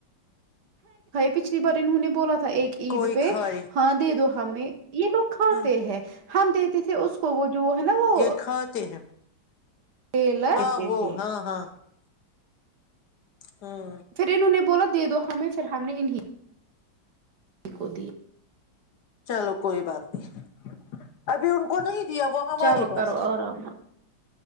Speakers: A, on the right (about 65°); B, on the left (about 65°).
A: پچھلی بار انہوں نے بولا تھا ایک عید
B: کوئی
A: پہ
B: کھائے
A: ہاں دے دو ہمیں یہ لوگ کھاتے
B: ہاں
A: ہیں ہم دیتے تھے اس کو وہ جو ہے نا وہ
B: یہ کھاتے ہیں
A: ٹیلر
B: ہاں
A: دیتے
B: وہ
A: تھے
B: ہاں ہاں ہوں
A: پھر اننوں نے بولا دے دو ہمیں پھر ہم نے انہیں <inaudible>
B: چلو کوئی بات نہیں ابھی ان کو نہیں وہ ہمارے
A: چلو
B: پاس
A: کرو آرام
B: ہے